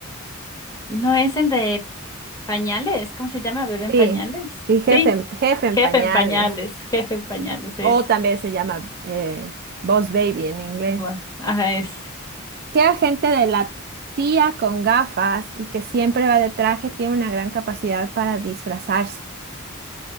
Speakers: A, on the left; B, on the right.
A: ¿No es el de pañales? ¿Cómo se llama? ¿Bebé en
B: Sí,
A: pañales?
B: sí, jefe,
A: Sí,
B: en- jefe en
A: jefe
B: pañales.
A: en pañales, jefe en pañales
B: O
A: es.
B: también se llama eh, Boss Baby en inglés.
A: Bueno, ajá, es.
B: ¿Qué agente de la tía con gafas y que siempre va de traje tiene una gran capacidad para disfrazarse?